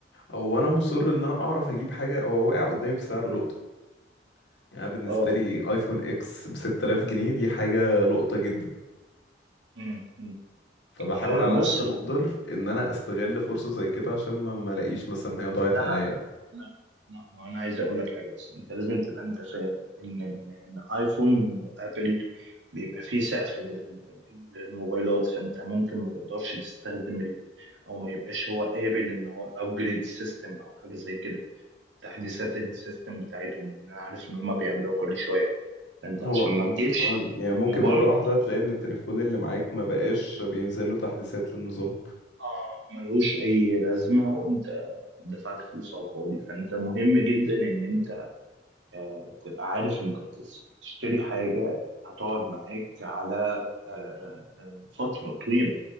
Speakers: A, on the left; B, on the right.
A: او انا مصر ان انا اعرف اجيب حاجة هو واقع قدامي بسعر لقطة يعني أنا بالنسبة
B: اه
A: لي ايفون اكس ب 6000 جنيه دي حاجة لقطة جدا
B: مم. مم.
A: فبحاول
B: آه
A: على
B: بص
A: قد ما اقدر ان انا استغل فرصة زي كده عشان ما ما الاقيش مثلا ان هي ضاعت
B: لو
A: عليا
B: لا لا ما انا عايز اقول لك حاجه بس انت لازم تبقى انت فاهم ان ان إن ايفون ابل بيبقى فيه سقف لل- للموبايلات فانت ممكن ما تقدرش تستخدم ال... او ما يبقاش هو قابل ان هو ابجريد سيستم او حاجه زي كده تحديثات السيستم بتاعتهم لان انا عارف ان هم بيعملوها كل شويه فانت
A: هو
B: عشان ما تجيبش
A: آه، يعني ممكن
B: موبايل
A: مرة واحدة تلاقي ان التليفون اللي معاك ما بقاش بينزل له تحديثات للنظام
B: آه، ملهوش اي لازمه وانت دفعت فلوس على الفاضي فانت مهم جدا ان انت آه، تبقى عارف انت بتس- بتشتري حاجة هتقعد معاك على آه، آه، آه، فترة طويلة